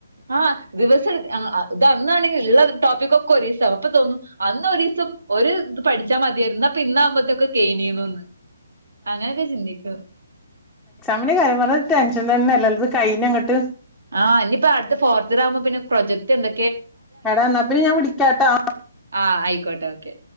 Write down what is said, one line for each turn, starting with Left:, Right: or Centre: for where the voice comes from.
Right: ആഹ് ദിവസം ഇതന്നാണെങ്കിൽ ഉള്ള ടോപ്പിക്ക് ഒക്കെ ഒരു ദിവസം അപ്പൊ തോന്നും അന്ന് ഒരു ദിവസം ഒരു ഇത് പഠിച്ചാൽ മതിയായിരുന്നു അപ്പൊ ഇന്നാകുമ്പോത്തൊക്കെ കെയിഞ്ഞിനെന്ന് അങ്ങനൊക്കെ ചിന്തിക്കുവോ
Centre: മിന്റെ കാര്യം പറഞ്ഞ ടെൻഷൻ തന്നെല്ലേ അത് കഴിഞ്ഞങ്ങട്ട്
Right: ആ ഇനി അടുത്തത് ഫോർത്ത് ഇയർ ആകുമ്പോ പിന്നെ പ്രൊജക്ട് എന്
Centre: എടാന്നാ പിന്നെ ഞാൻ വിളിക്കാട്ടാ
Right: ആ ആയിക്കോട്ടെ ഓക്കെ